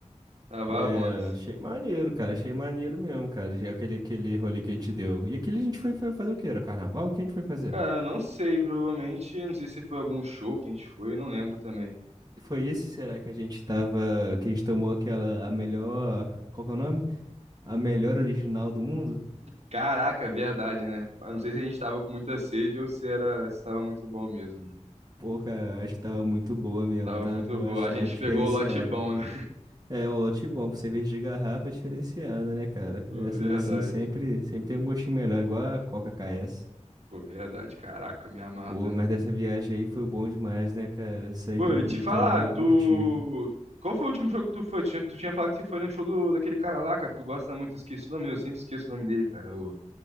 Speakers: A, on the right; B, on the right.
A: tava
B: É,
A: à vontade.
B: achei maneiro, cara, achei maneiro mesmo, cara, já aquele, aquele rolê que a gente deu. E aquele a gente foi, foi fazer o quê? Era carnaval? O que a gente foi fazer?
A: Cara, não sei, provavelmente, não sei se foi algum show que a gente foi, eu não lembro também.
B: Foi esse, será que a gente tava, que a gente tomou aquela, a melhor, qual que é o nome? A melhor original do mundo?
A: Caraca, verdade, né? Eu Não sei se a gente tava com muita sede ou se era, se tava muito bom mesmo, né?
B: Pô, cara, eu acho que tava muito boa mesmo,
A: Tava
B: tá?
A: muito
B: Eu
A: bom.
B: acho
A: A
B: que tava
A: gente
B: diferenciada.
A: pegou o lote bom, né?
B: É, o lote bom, pra cerveja de garrafa é diferenciada, né, cara?
A: <laughs>
B: Essas
A: Verdade.
B: assim sempre, sempre tem um gostinho melhor, igual a Coca KS.
A: Pô, verdade, caraca, eu me amarro
B: Pô, mas dessa viagem aí foi bom demais, né, cara? Sair
A: Pô,
B: pro
A: e
B: Rio
A: te falar,
B: também e curtir.
A: tu. Qual foi o último show que tu foi? Tu tinha, tu tinha falado que você foi no show do, daquele cara lá, cara, que tu gosta muito, esqueci o nome, eu sempre esqueço o nome dele, cara. O...